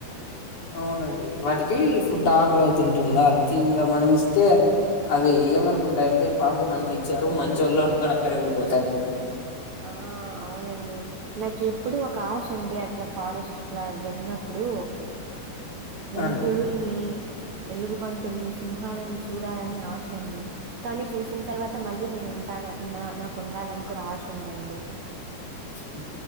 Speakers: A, on the left (about 50°); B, on the right (about 60°).
A: అవునండి, వాటికి, ఫుడ్ ఆకలివుతుంటుందా,, అంతే ఇంగా మనం ఇస్తే అది, ఏమనుకుంటాయంటే, పాపం, మనకి, ఇచ్చారు, మంచోళ్ళు, అనుకొని అక్కడే ఉండిపోతాయండి.
B: ఆ, అవునండి, నాకు, ఎప్పుడు, ఒక, ఆశ ఉండే, అ అట్లా, ఫారెస్ట్, అట్లా, వెళ్ళినప్పుడు, నేను
A: అండి.
B: పులుల్ని ఎలుగు, బంటుల్ని, సింహాలని, చూడాలని, ఆశండి. కానీ, చూసిన, తర్వాత, మళ్ళీ, నేను ఉంటాన నా నాకు, ఉండాలని, కూడా, ఆశ ఉందండి.
A: ఉమ్